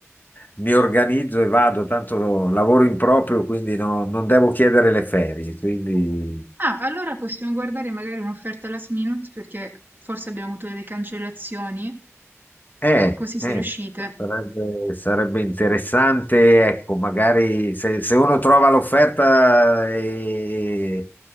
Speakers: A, on the left; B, on the right.
A: mi organizzo e vado, tanto lavoro in proprio, quindi no- non devo chiedere le ferie, quindi...
B: Ah, allora possiamo guardare magari un'offerta last minute perché forse abbiamo avuto delle cancellazioni,
A: Eh,
B: così se
A: eh,
B: riuscite.
A: sarebbe, sarebbe interessante, ecco, magari se, se uno trova l'offerta e,